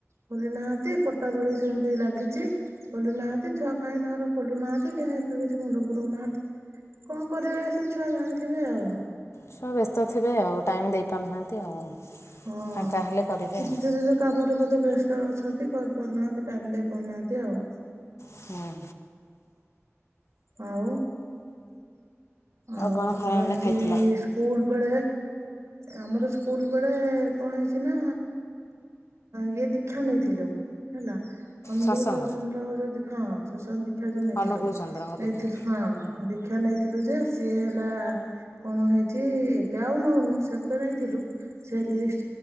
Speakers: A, on the right (about 75°); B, on the left (about 70°).
A: ଖୋଲି ନାହାନ୍ତି ପଟା ଦୋଳି ସେମିତି ଲାଗିଛି ଖୋଲି ନାହାନ୍ତି ଛୁଆ କାାଇ ତାଙ୍କର ଖୋଲୁ ନାହାନ୍ତି ଏ କିଛି ମୁଣ୍ଡ ପୁରଉନାହାନ୍ତି କଣ କରିବେଳେ ସେ ଛୁଆ ଜାଣିଥିବେ ଆଉ।
B: ଛୁଆ ବ୍ୟସ୍ତ ଥିବେ ଆଉ ଟାଇମ୍ ଦେଇପାରୁନାହାନ୍ତି ଆଉ।
A: ହଁ
B: ଫାଙ୍କା ହେଲେ କରିବେ ଆଉ
A: ଯେଝା ଯେଝା କାମରେ ବେ ବ୍ୟସ୍ତ ର ଅଛନ୍ତି କରିପାରୁନାହାନ୍ତି ଟାଇମ ଦେଇ ପାରୁନାହାନ୍ତି ଆଉ।
B: ହୁଁ।
A: ଆଉ, ଆଉ
B: କ'ଣ
A: ଆମର
B: ଖରାବେଳେ
A: ଏମିତି
B: ଖାଇଥିଲ
A: ସ୍କୁଲ୍ ବେଳେ ଆମର ସ୍କୁଲ୍ ବେଳେ କଣ ହେଇଛି ନା ଇଏ ଦୀକ୍ଷା ନେଇଥିଲୁ ହେଲା, ଅନୁଗୁଳ
B: ସତ୍ସଙ୍ଗ
A: ଚରଣର ଯଦି ହଁ ସୁଶାନ୍ତି। ଦୀକ୍ଷା ଯୋଉ ନେଇଥିଲୁ
B: ଅନୁକୂଳ ଚନ୍ଦ୍ରଙ୍କ
A: ନେଇଥିଲୁ
B: ଦୀକ୍ଷା
A: ହଁ ଦୀକ୍ଷା ନେଇଥିଲୁ ଯେ ସିଏ ହେଲା କଣ ହେଇଛି ଏବେ ଆଉ ନଉନୁ ସେବେ ନେଇଥିଲୁ ସେ ଲିଷ୍ଟ୍